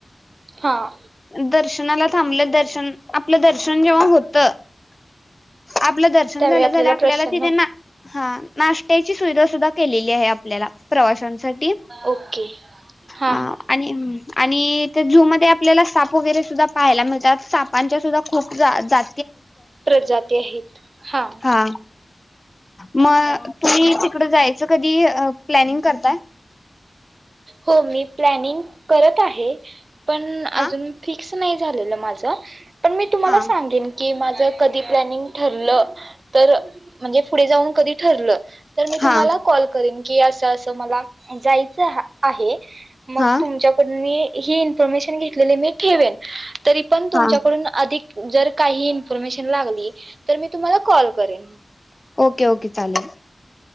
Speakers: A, on the right (about 55°); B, on the left (about 30°).
A: हा
B: दर्शनाला थांबलं दर शन आपलं दर्शन जेव्हा होत आपलं दर्शन
A: त्यावेळी
B: झाल्याझाल्या आपल्याला
A: प्रसन्न
B: तिथे ना हा नाश्त्याची सुविधा सुद्धा केलेली आहे आपल्याला. प्रवाशां साठी
A: ओके हां
B: हा
A: हां
B: आणि आणि झू मधे तिथे आपल्याला साप वगैरे, सुद्धा पाहायला मिळतात सापांच्या तुझा खूप जा जा
A: प्रजाती आहेत हां
B: हा मग मी तिकडं जायचं कधी अ प्लॅनिंग करताय
A: हो मी प्लॅनिंग करत आहे पण आजून
B: हा
A: फीक्स नाही झालेलं माझं पण मी तुम्हाला
B: हा
A: सांगेन की जर कधी प्लॅनिंग ठरलं तर म्हणजे पुढे जाऊन कधी ठरलं तर मी
B: हा
A: तुम्हाला कॉल करेन की असं तसं मला जायचं हा आहे मग
B: हा
A: तुमच्याकडून मी ही इन्फॉर्मेशन घेतलेली मी ठेवीन तरी पण तुमच्याडून
B: हा
A: अधिक जर काही इन्फॉर्मेशन लागली तर मी तुम्हाला कॉल करेन.
B: ओके ओके चालेल